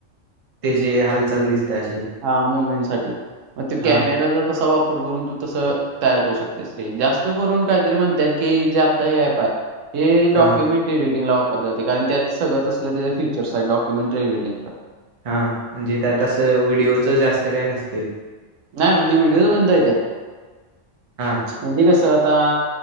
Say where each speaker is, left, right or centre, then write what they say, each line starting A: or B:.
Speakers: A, on the right; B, on the right.
A: ते जे हालचाल दिसते अशी
B: हा मुवमेंट साठी मग तो
A: हा
B: कॅमेराचा तसा वापर करून तू तस तयार करू शकते स्त्री जास्त करून काहीतरी म्हणतात की जे आता हे ऍप आहे. हे डॉक्युमेंटरी
A: हा
B: रिडिंग ला वापरलं जात कारण त्यात सगळं तसलं ते फीचर्स आहेत डॉक्युमेंटरी रिडिंग
A: हा म्हणजे त्यातसं व्हिडिओचं जास्त काय नसते.
B: नाही म्हणजे व्हिडिओज बनता येत.
A: हा.
B: म्हणजे कस आता